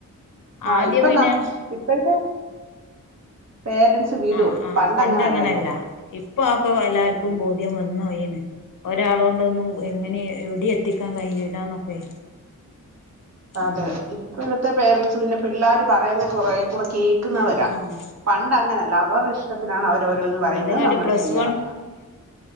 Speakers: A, on the right; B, on the left.
A: ആഹ്
B: ആദ്യം
A: ഇപ്പം
B: പിന്നെ
A: നം ഇപ്പോഴത്തെ പേരൻറ്സ് വിടും
B: ആഹ് ആഹ്
A: പണ്ടങ്ങനല്ലല്ലോ
B: പണ്ടങ്ങനല്ല ഇപ്പ ഒക്കെ എല്ലാർക്കും
A: ഉം
B: ബോധ്യം വന്നു അയിന്. ഒരാളൂ ണ്ടൊന്നും എങ്ങനെ
A: ഉം
B: എവിടെ എത്തി എത്താൻ കഴിയൂലന്നൊക്കെ
A: അതെ
B: ഉം
A: ഇപ്പഴ് ത്തെ പേരെന്റ്സ് പിന്നെ പിള്ളാര് പറയുന്നത് കൊറെ കുടെ കേക്കുന്നവരാ,
B: ആഹ് ആഹ്
A: പണ്ട് അങ്ങനല്ല അവരുടെ ഇഷ്ടത്തിനാണ് അവരോരോന്ന് പറയുന്നത്
B: അത്ങ്ങട്ട്
A: നമ്മള്
B: പ്ലസ്
A: ചെയ്യണം.